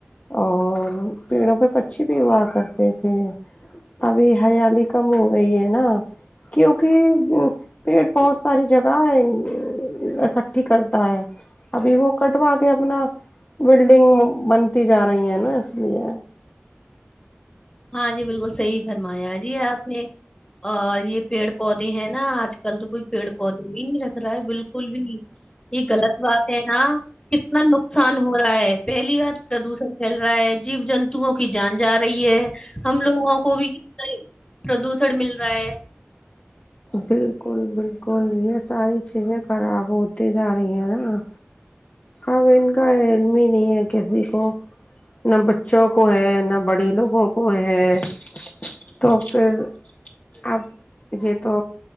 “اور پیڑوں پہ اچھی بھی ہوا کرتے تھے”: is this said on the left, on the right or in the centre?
Left